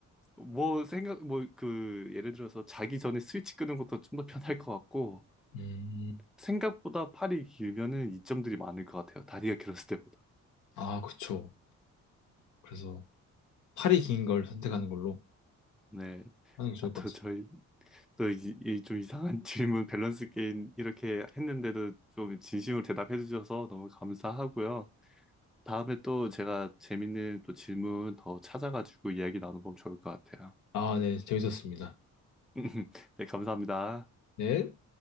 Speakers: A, in the centre; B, on the left (about 75°).
A: 뭐 생각 뭐 그 예를 들어서 자기 전에 스위치 끄는 것도 좀 더 편할 것 같고
B: 음.
A: 생각보다 팔이 길면은 이점들이 많을 것 같아요. 다리가 길었을 때보다.
B: 아, 그쵸. 그래서 팔이 긴 걸 선택하는 걸로
A: 네.
B: 하는 게 좋을
A: 아, 또
B: 것
A: 저희 또 이 좀 이상한 <laughs> 질문 밸런스 게임 이렇게 했는데도 좀 진심으로 대답해 주셔서 너무 감사하고요. 다음에 또 제가 재밌는 또 질문 더 찾아가지고 이야기 나눠보면 좋을 것 같아요.
B: 아 네. 재밌었습니다.
A: <laughs> 네, 감사합니다.
B: 네.